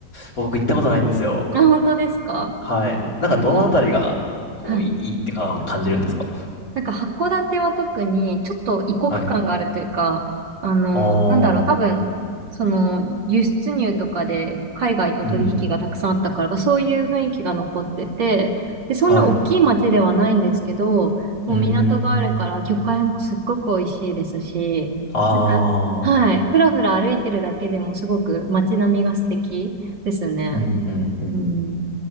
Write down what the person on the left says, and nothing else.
僕行ったことないんですよ。
はい。なんかどのあたりが、こう、
いいいいってか感じるんですか
はい。
お
ー、
うんうん。
はい。
うーん。あー。
うんうんうん。